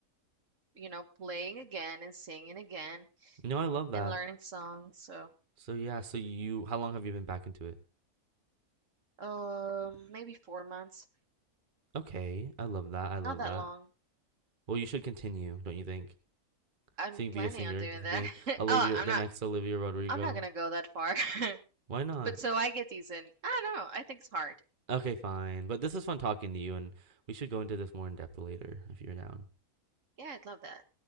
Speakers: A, on the right; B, on the right.
A: you know, playing again and singing again
B: No, I love that.
A: and learning songs. So,
B: So yeah, so you how long have you been back into it?
A: um, maybe four months,
B: Okay, I love that. I love
A: not that
B: that.
A: long.
B: Well, you should continue, don't you think?
A: I'm
B: So you can
A: planning
B: be a singer.
A: on doing
B: You can
A: that.
B: be
A: <laughs>
B: Olivia,
A: Oh, I'm
B: the
A: not
B: next Olivia Rodrigo.
A: I'm not gonna go that far. <laughs>
B: Why not?
A: But so I get decent. I don't know. I think it's hard.
B: Okay, fine. But this is fun talking to you, and we should go into this more in depth later if you're down.
A: Yeah, I'd love that.